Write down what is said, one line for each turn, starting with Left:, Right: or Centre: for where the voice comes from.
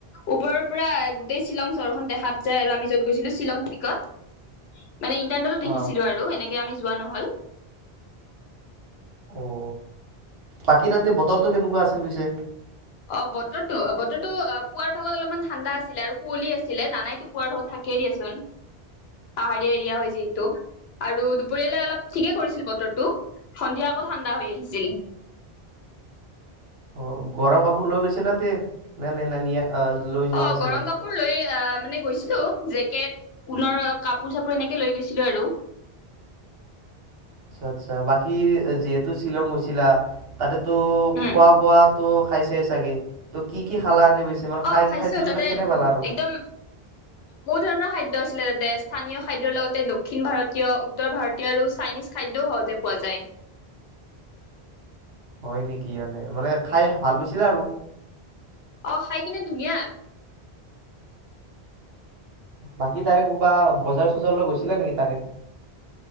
Left: ওপৰৰ পুৰা গোটেই শ্বিলং চহৰখন দেখাত যাই আৰু আমি য'ত গৈছিলো শ্বিলং টিকত মানে ইণ্টনেটত
Right: অ
Left: দেখিছিলো আৰু এনেকে আমি যোৱা নহল
Right: অ বাকী তাতে বতৰটো কেনেকুৱা আছিল পিছে
Left: অ বতৰতো বতৰতো অ পুৱাৰ ভাগত অলপমান ঠাণ্ডা আছিলে আৰু কুঁৱলি আছিলে জানাইতো পুৱাৰ ভাগত থাকেই দিয়াচোন পাহাৰীয়া দিয়া হয় যিহেতু আৰু দুপৰিয়ালে অলপ ঠিকেই কৰিছিল বতৰটো সন্ধিয়া আকৌ ঠাণ্ডা হৈ আহিছিল
Right: অ গৰম কাপোৰ লৈ গৈছিলা নে নাই নিয়া লৈ যোৱা
Left: অ
Right: নাছিলা
Left: গৰম কাপোৰ লৈ আহ মানে গৈছিলো জেক জাকেট ঊলৰ কাপোৰ চাপোৰ এনেকে লৈ গৈছিলো আৰু
Right: আচ্ছা আচ্ছা বাকী যিহেতু শ্বিলং গৈছিলা তাতে তো
Left: উম
Right: খোৱা বোৱাত টো খাইছে চাগে ত কি কি খালা এনে পিছে মানে
Left: অ
Right: খাই
Left: খাইছো
Right: খাদ্যবিলাক
Left: তাতে
Right: কেনে পালা আৰু
Left: একদম বহুত ধৰণৰ খাদ্য খাদ্য আছিলে যাতে স্থানীয় খাদ্যৰ লগতে দক্ষিণ ভাৰতীয় উত্তৰ ভাৰতীয় আৰু চাইনিজ খাদ্যও সহজে পোৱা যায়
Right: হয় নেকি এনে মানে খাই ভাল পাইছিলে আৰু
Left: অ খাই কিনে ধুনীয়া
Right: বাকী তাৰে ক'বা বজাৰ চজাৰলৈ গৈছিলা নেকি তাৰে